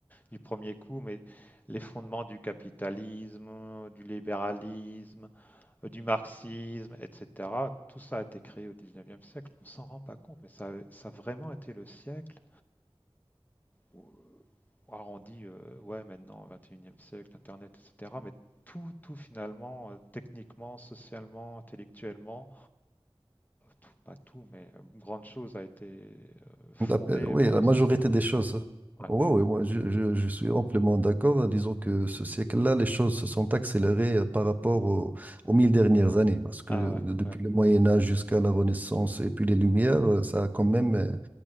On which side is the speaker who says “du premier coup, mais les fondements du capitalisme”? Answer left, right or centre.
Left